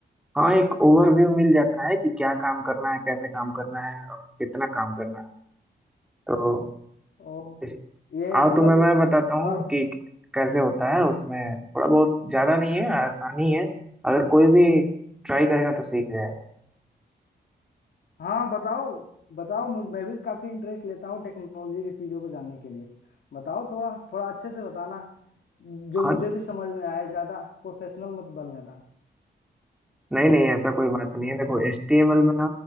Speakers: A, in the centre; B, on the left.
A: हाँ एक ओवरव्यू मिल जाता है कि क्या काम करना है कैसे काम करना है और कितना काम करना है तो
B: ओ
A: इस-
B: ये
A: आओ
B: मतलब
A: तुम्हें मैं बताता
B: नॉर
A: हूँ कि कैसे होता है उसमें थोड़ा बहुत ज्यादा नहीं है आसानी है अगर कोई भी ट्राई करेगा तो सीख जाएगा
B: हाँ बताओ बताओ मुझ- मैं भी काफी इंटरेस्ट लेता हूँ टेक्नोलॉजी की चीजों को जानने के लिए बताओ थोड़ा थोड़ा अच्छे से बताना जो
A: हाँ,
B: मुझे भी समझ में आए ज्यादा प्रोफेशनल मत बनने
A: नहीं नहीं ऐसा कोई बात नहीं है देखो HTML में ना